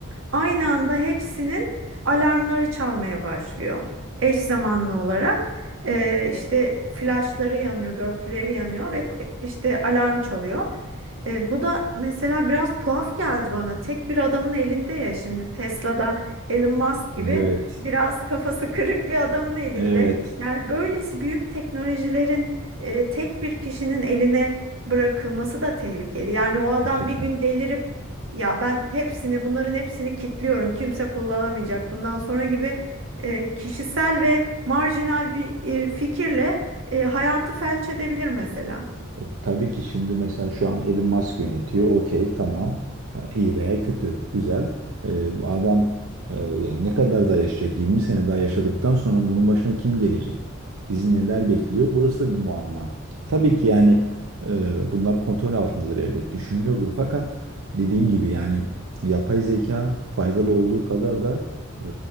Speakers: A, on the right; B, on the right.
A: Aynı anda hepsinin alarmları çalmaya başlıyor. Eş zamanlı olarak E, işte flaşları yanıyor, dörtlüleri yanıyor ve işte alarm çalıyor. E, bu da mesela biraz tuhaf geldi bana. Tek bir adamın elinde ya şimdi Tesla'da Elon Musk gibi
B: Evet.
A: biraz kafası <laughs> kırık bir adamın elinde.
B: Evet.
A: Yani böylesi büyük teknolojilerin e, tek bir kişinin eline bırakılması da tehlikeli. Yani o adam
B: Gerçekten.
A: bir gün delirip ya ben hepsini bunların hepsini kilitliyorum kimse kullanamayacak bundan sonra gibi e, kişisel ve marjinal bir e, fikirle e, hayatı felç edebilir mesela.
B: E, tabii ki şimdi mesela şu an Elon Musk yönetiyor. Okey, tamam. Ha, İyi veya kötü, güzel. E, bu adam e, yani ne kadar daha yaşayacak? 20 sene daha yaşadıktan sonra bunun başına kim gelecek? Bizi neler bekliyor? Burası da bir muamma. E, tabii ki yani e, bunlar kontrol altındadır elbet. Düşünülüyordur fakat dediğin gibi yani yapay zeka faydalı olduğu kadar da e,